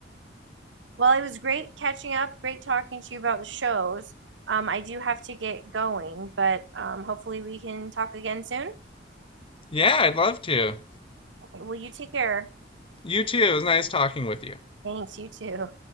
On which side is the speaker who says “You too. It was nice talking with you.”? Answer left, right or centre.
Left